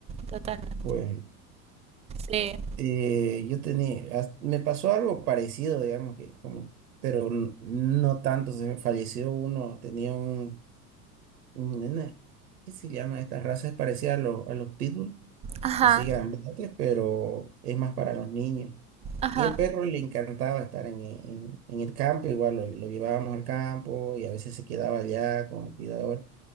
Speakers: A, on the right; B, on the right.
A: totalmente,
B: Pues
A: sí,
B: eh, yo tenía, as- me pasó algo parecido, digamos que como, pero n- no tanto, se me falleció uno, tenía un Nena, ¿qué se llama? Esta raza es parecida a los, a los pitbull,
A: ajá,
B: así grandotes, pero es más para los niños.
A: ajá,
B: Y el perro le encantaba estar en, en- en el campo, igual lo, lo llevábamos al campo y a veces se quedaba allá con el cuidador.